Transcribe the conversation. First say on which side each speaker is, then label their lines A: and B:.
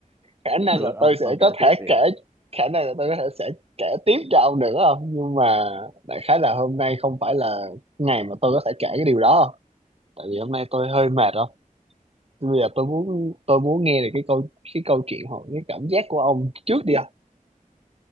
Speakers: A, on the right; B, on the right.
A: khả năng
B: được
A: là
B: ông
A: tôi sẽ
B: ông kể
A: có
B: tiếp
A: thể
B: đi
A: kể
B: không
A: khả năng là tôi có thể sẽ kể tiếp cho ông nữa không nhưng mà đại khái là hôm nay không phải là ngày mà tôi có thể kể cái điều đó không? tại vì hôm nay tôi hơi mệt rồi bây giờ tôi muốn tôi muốn nghe được cái câu cái câu chuyện hoặc cái cảm giác của ông trước đi không